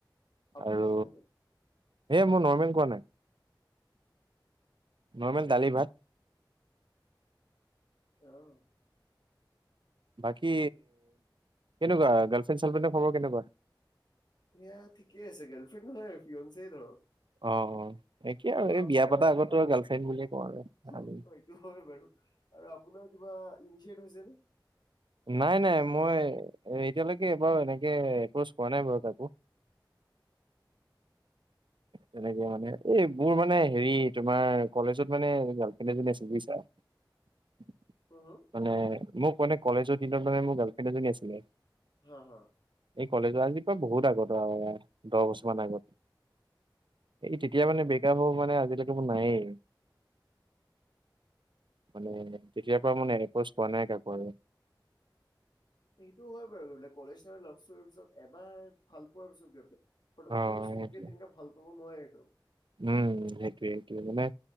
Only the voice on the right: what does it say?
আৰু
এ মই নৰ্মেল কোৱা নাই। নৰ্মেল দালি ভাত।
বাকী, কেনেকুৱা গাৰ্লফ্ৰেণ্ড চাৰ্ফ্ৰেণ্ড খবৰ কেনেকুৱা?
অ' অ'। একেই
এই
বিয়া পতাৰ আগতো
আৰু গাৰ্লফ্ৰেণ্ড বুলিয়ে কওঁ
আৰু
নাই নাই, মই এতিয়ালৈকে এইবাৰ এনেকে এপৰছ কৰা নাই বাৰু কাকো। তেনেকে মানে এই মোৰ মানে হেৰি তোমাৰ কলেজত মানে গাৰ্লফ্ৰেণ্ড এজনি আছে বুজিছা। <inaudible>
মানে মোক মানে কলেজৰ দিনত মানে মোৰ গাৰ্লফ্ৰেণ্ড এজনী আছিলে।
এই কলেজৰ আজিৰ পৰা বহুত আগত আৰু দহ বছৰ মান আগত। এই তেতিয়া মানে ব্ৰেকআপ হোৱা মানে আজিলৈকে মোৰ নায়েই। মানে তেতিয়াৰ পৰা মানে এপচ পোৱা নাই কাকো আৰু।
অ'
সেইটোৱে।
উম সেইটোৱে সেইটোৱে মানে